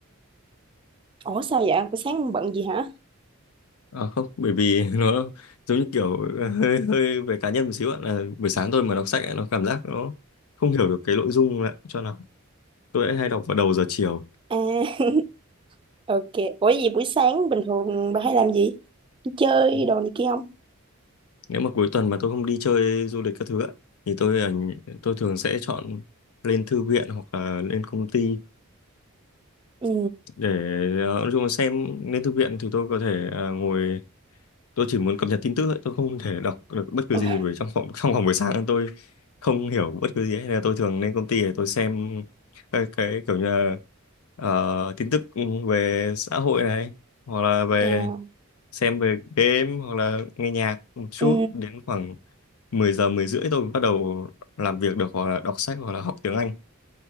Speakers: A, on the right; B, on the left.
A: Ủa sao vậy? Buổi sáng bận gì hả?
B: À không, bởi vì <laughs> nó giống như kiểu <laughs> hơi hơi về cá nhân một xíu ạ. Là buổi sáng tôi mà đọc sách ấy, nó cảm giác nó không hiểu được cái nội dung ạ. Cho lắm. Tôi lại hay đọc vào đầu giờ chiều.
A: À, <laughs> ok. Ủa gì buổi sáng bình thường bà hay làm gì? Đi Chơi
B: Ừ.
A: đồ này kia không?
B: Nếu mà cuối tuần mà tôi không đi chơi du lịch các thứ ạ, thì tôi ở nh- tôi thường sẽ chọn lên thư viện hoặc là lên công ty
A: Ừ.
B: để ờ, nói chung là xem lên thư viện thì tôi có thể ờ, ngồi tôi chỉ muốn cập nhật tin tức thôi tôi không thể đọc được bất cứ
A: Ôi,
B: gì bởi trong phòng trong vòng buổi sáng tôi không hiểu bất cứ gì ấy. Nên là tôi thường lên công ty để tôi xem cái, cái kiểu như là ờ, tin tức ừ, về xã hội này hoặc là về
A: chao.
B: xem về game hoặc là nghe nhạc một chút
A: Ừ.
B: đến khoảng 10 giờ 10 rưỡi tôi mới bắt đầu làm việc được hoặc là đọc sách hoặc là học tiếng Anh